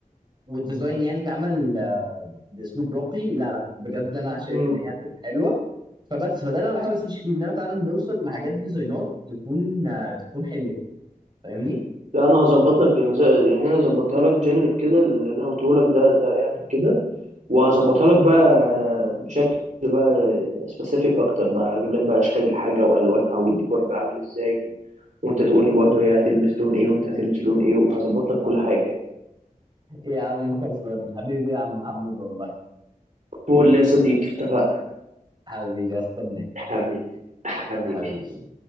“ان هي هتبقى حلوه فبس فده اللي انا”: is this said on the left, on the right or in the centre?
Right